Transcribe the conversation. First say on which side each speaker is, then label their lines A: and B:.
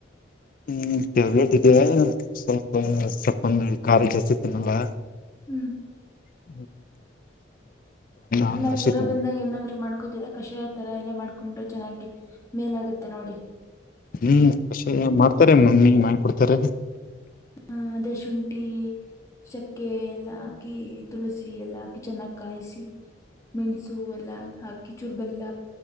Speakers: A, on the left; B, on the left.
A: ಹ್ಮ್ ವಟ್ ಇದೆ ಸ್ವಲ್ಪ ಸ್ವಪಂದ ಖಾಲ ಜಾಸ್ತಿತಿನಲ್ಲ.
B: ಹ್ಮ್
A: ಹ ಹಣ್ಣ
B: ಅಲ್ಲಾ
A: ಹಸಿತ್
B: ಜ್ವರ ಬಂದಾಗ ಏನಾದ್ರು ಮಾಡ್ಕೊತರ ಕಷಾಯ ತರ ಎಲ್ಲಾ ಮಾಡ್ಕೊಂಡು. ಚೆನ್ನಾಗಿ ಮೇಲಾಗತ್ತೆ ನೋಡಿ
A: ನೀಷೆ ಮಾಡ್ತಾರೆೇ ಮಮ್ಮಿ ಮಾಡಿ ಕೊಡ್ತಾರೆ.
B: ಹ ಅದೇ ಶುಂಠಿ ಶಕ್ಕೆ ಎಲ್ಲ ಹಾಕಿ. ತುಳಸಿ ಎಲ್ಲ ಹಾಕಿ ಚೆನ್ನಾಗಿ ಕಾಯಿಸಿ ಮೆಣಸು ಎಲ್ಲ ಹಾಕಿ ಚೂರ್ ಬೆಲ್ಲ.